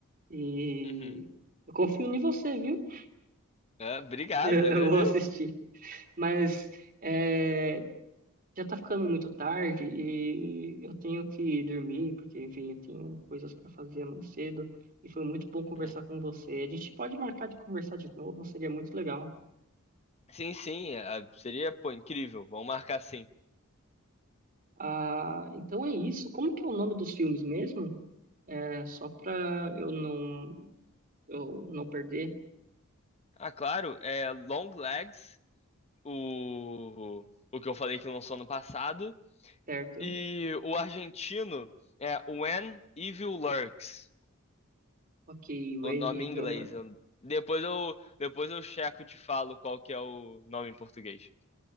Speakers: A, on the right; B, on the left.
A: E
B: Uhum.
A: eu confio em você, viu? <laughs>
B: É, obrigado,
A: Eu,
B: agradeço.
A: eu vou assistir. Mas é, já tá ficando muito tarde e eu tenho que dormir, porque, enfim, eu tenho coisas para fazer amanhã cedo. E foi muito bom conversar
B: Uhum.
A: com você. A gente pode marcar de conversar de novo, seria muito legal.
B: Sim, sim, é, é, seria, pô, incrível. Vamos marcar sim.
A: Ah, então é isso. Como que é o nome dos filmes mesmo? É só para eu não eu não perder,
B: Ah, claro, é Long Legs, o, o que eu falei que lançou ano passado,
A: certo?
B: e o argentino é When Evil Lurks,
A: Ok, When
B: o nome
A: Evil
B: em inglês.
A: Lurks.
B: Eu- Depois eu, depois eu checo e te falo qual que é o nome em português.